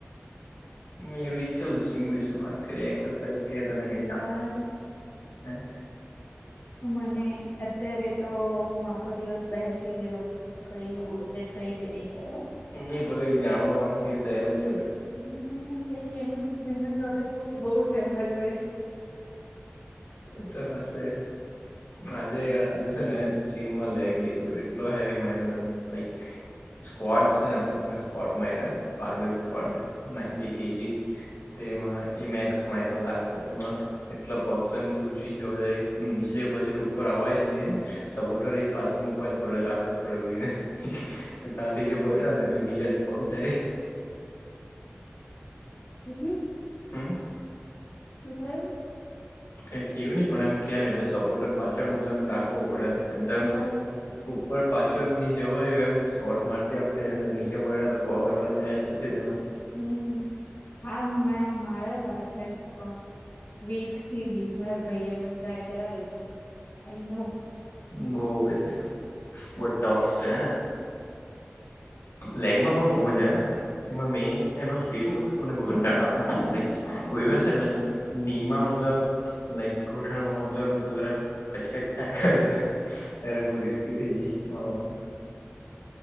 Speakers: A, on the left (about 75°); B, on the left (about 55°).
A: મેં ઇચ્છુ જીમ વિશે વાત કરીએ એક્સરસાઝ કે તને કઈ
B: યાર
A: જાણ હ?
B: હ મને અત્યારે તો હું આખો દિવસ બેસી જ રહ્યો છું કઈ એટ કઈ જ નહી કર
A: હમ કઈ જાણવા માંગતી હોય તો એમજ
B: હમ કઈ એમ જનન નોલેજ બ બહુ છે એમરા જોડે
A: એ તો હશે આજે આજે છે ને જીમમાં લેગડી એટલો હેવી મારીને લાઈક સ્કવોટ છે ને પેલા સ્કવોટ માર્યા <inaudible> બટ
B: હા
A: નાઇટી કેજી તેમાં એ મેક્સ માર્યો લાસ સામાં એટલા પગ તો એમ તૂચી જવા જાય એ નીચે જાય પછી ઉપર આવાય નઈ હે સપોર્ટર એક પાછળ મુૂકવા જ પડે રાખવા જ પડે કોઈને ત્યાંથી જો પડ્યો
B: હા
A: ને તો ગીયા જ પગ જાય.
B: સુ થયું?
A: હમ.
B: શું થયું?
A: કઈ થયું નહી, પણ એમ કેમ એટલે સપોર્ટર પાછળ મતલબ રાખવો પડે એમ. એમ તો એમ
B: ઓ
A: ઉપર પાછું એમની જવાય એમ સ્કોટ મારતી વખતે નીચે પડ્યા પગ આપડા જાય જ પછી તેમાં
B: હ હા મે મારેલા છેે સ્કોવટ. વેટથી બી માર ભાઈ એને ટ્રાય કરાવે તું આ નો.
A: બહ એ બહું ટફ છે. લેગમાં પણ બહુ મજા આવેને,? એમાં મેન એમાં પેલું વસ્તુ કોને બહુ ગંટાળાવે કોઈવાર છે, ને? નિમાં મતલબ લાઈક ગોઠણમાં મતલબ કોઈપણ કચકચ. ત્યાં ખરે ત્યારે બહુ રિસ્કી થઈ જાય મારવાનું.